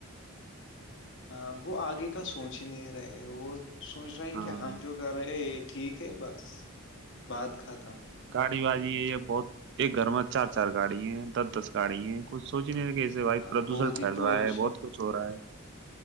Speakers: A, on the left; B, on the right.
A: ہاں وہ آگے کا سوچ ہی نہیں رہے وہ سوچ رہا ہے
B: ہاں
A: کہ ہم جو کر رہے ہیں ٹھیک ہے بس بعات ختم
B: گڑی بازی ہے یہ بہت ایک گھر میں چار چار گاڑی ہے دس دس گاڑی ہے کچھ سوچ کہ سے واو
A: ہاں
B: پردوشن
A: بہت ہی
B: پھیلا
A: پولوشن
B: ہے بہت کچھ ہو رہا ہے